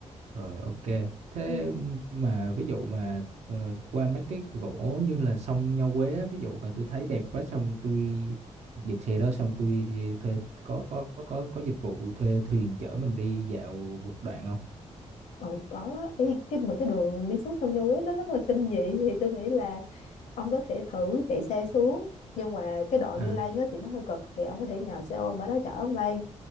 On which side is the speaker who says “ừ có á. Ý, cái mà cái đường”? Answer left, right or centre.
Left